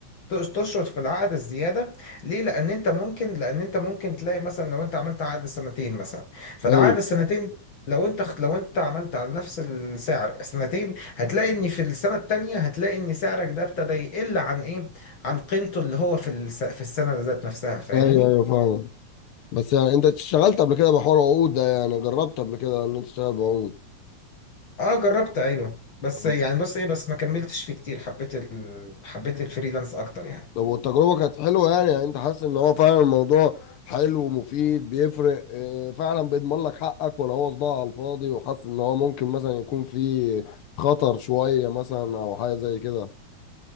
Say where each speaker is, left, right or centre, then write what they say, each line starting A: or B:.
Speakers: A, on the left; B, on the left.
A: تقص- تشرط في العقد الزياده ليه لان انت ممكن لان انت ممكن تلاقي مثلا لو انت عملت عقد سنتين مثلا فالعقد
B: امم
A: السنتين دول لو انت خ- لو انت عملت على نفس السعر سنتين هتلاقي ان في السنه التانيه هتلاقي ان سعرك ده ابتدى يقل عن ايه عن قيمته اللي هو في الس... في السنه ذات نفسها فاهمني
B: ايوه ايوه فاهم بس يعني انت اشتغلت قبل كده بحوار عقود ده يعني جربت قبل كده ان انت تشتغل بعقود
A: اه جربت ايوه بس
B: طب
A: يعني بص ايه بس ما كملتش فيه كتير حبيت ال... حبيت الفريلانس اكتر يعني
B: طب والتجربه كانت حلوه يعني, يعني انت حاسس ان هو فعلا الموضوع حلو ومفيد بيفرق اه، فعلا بيضمن لك حقك ولا هو صداع على الفاضي وحاسس ان هو ممكن مثلا يكون فيه خطر شويه مثلا او حاجه زي كده